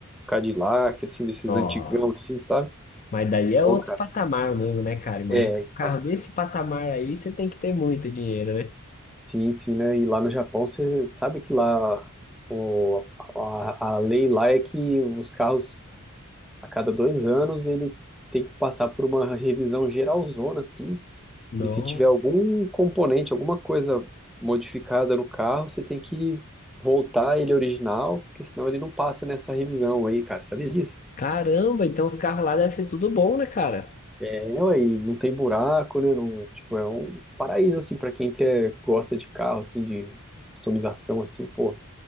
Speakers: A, in the centre; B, on the left (about 35°).
A: Cadillac, assim, desses
B: Nossa.
A: antigão, assim, sabe?
B: Mas daí é
A: Pô,
B: outro
A: cara,
B: patamar mesmo, né, cara? Imagina
A: é, então,
B: um carro desse patamar aí, você tem que ter muito dinheiro, né?
A: Sim, sim, né? E lá no Japão, você sabe que lá o, a, a lei lá é que os carros, a cada dois anos, ele tem que passar por uma revisão geralzona, assim.
B: Nossa.
A: E se tiver algum componente, alguma coisa modificada no carro, você tem que voltar ele original, porque senão ele não passa nessa revisão aí, cara. Sabia disso?
B: Caramba, então os carros lá devem ser tudo bom, né, cara?
A: É, aí não tem buraco, né? Não, tipo, é um paraíso, assim, pra quem quer, gosta de carro, assim, de customização, assim, pô,